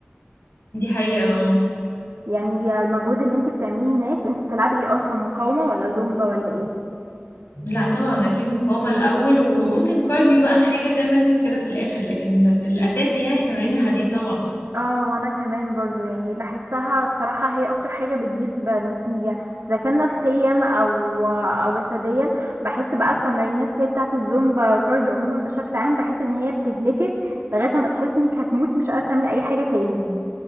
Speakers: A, on the left; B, on the right.
A: دي حقيقه اه
B: يعني هي المجهود اللي انت بتعمليه هناك انت بتلعبي ايه اصلا مقاومة ولا زومبا ولا ايه
A: لا طبعا اكيد مقاومه الاول وممكن كارديو بقى حاجه 10 minutes كده في الاخر لكن الاساسي يعني تمارين الحديد طبعا
B: اه وانا كمان برضو يعني بحسها الصراحة هي اكتر حاجة بتجيب نتيجة اذا كان نفسيا او او جسديا بحس بقى التمارينات زي بتاعة الزومبا الكارديو عموما بشكل عام بحس ان هي بتهلكك لغاية ما تحس انك هتموتي مش قادرة تعملي اي حاجة تاني